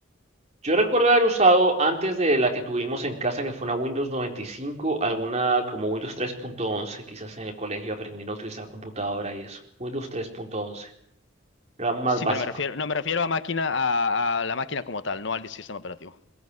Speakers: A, on the right (about 35°); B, on the left (about 65°).
A: Yo recuerdo haber usado antes de la que tuvimos en casa, que fue una Windows 95, alguna como Windows 3.11, quizás en el colegio aprendiendo a utilizar computadora y eso. Windows 3.11, era más
B: Sí,
A: básico.
B: pero me refiero, no, me refiero a máquina, a, a la máquina como tal, no al sistema operativo.